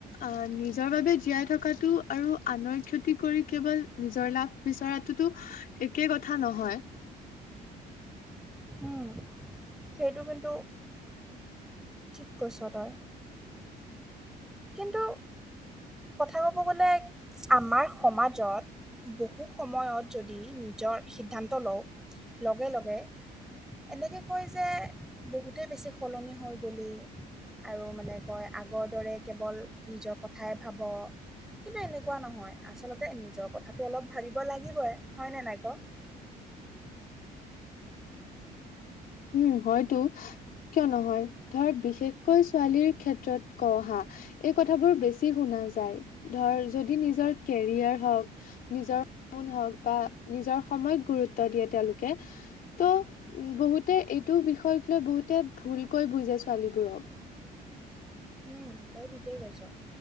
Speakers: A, on the left; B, in the centre.
A: অ' নিজৰ বাবে জীয়াই থকাটো আৰু আনৰ ক্ষতি কি কৰি কেৱল নিজৰ লাভ বিচৰাটোতো একে কথা নহয়।
B: উম, সেইটো কিন্তু, ঠিক কৈছোঁ তই। কিন্তু কথা ক'ব গ'লে, আমাৰ সমাজত বহু সময়ত যদি নিজৰ সিদ্ধান্ত লওঁ, লগে লগে এনেকে কয় যে বহুতেই বেছি সলনি হৈ গ'লি। আৰু মানে কয় আগৰ দৰে কেৱল নিজৰ কথাই ভাব। কিন্তু এনেকুৱা নহয় আচলতে নিজৰ কথাটো অলপ ভাবিব লাগিবই হয়নে নাই ক'।
A: উম, হয়তো কিয় নহয় ধৰ বিশেষকৈ ছোৱালীৰ ক্ষেত্ৰত কওঁ হা এই কথাবোৰ বেছি শুনা যায় ধৰ যদি নিজৰ কেৰিয়াৰ হওঁক নিজৰ <inaudible> হওঁক বা নিজৰ সময়ক গুৰুত্ব দিয়ে তেওঁলোকে ত' উম, বহুতে এইটো বিষয়ক লৈ বহুতে ভুলকৈ বুজে ছোৱালীবোৰক।
B: উম, তই ঠিকেই কৈছোঁ।